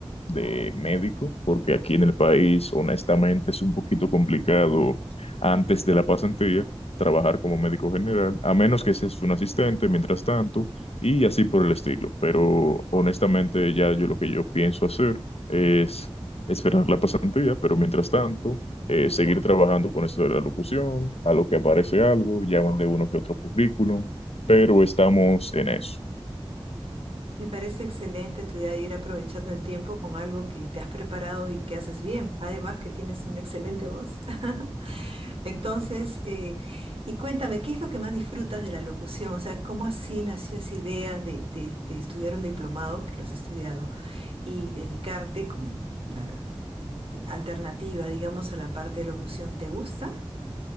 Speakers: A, on the left; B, on the right.
A: de médico, porque aquí en el país, honestamente, es un poquito complicado antes de la pasantía trabajar como médico general, a menos que seas un asistente mientras tanto y así por el estilo. Pero honestamente, ya yo lo que yo pienso hacer es esperar la pasantía, pero mientras tanto eh, seguir trabajando con eso de la locución, a lo que aparece algo, llaman de uno que otro currículum, pero estamos en eso.
B: Me parece excelente tu idea de ir aprovechando el tiempo con algo que te has preparado y que haces bien, además que tienes una excelente voz. <laughs> Entonces, eh, y cuéntame, ¿qué es lo que más disfrutas de la locución? O sea, ¿cómo así nació esa idea de, de- de estudiar un diplomado, que lo has estudiado, y dedicarte como una alternativa, digamos, a la parte de locución? ¿Te gusta?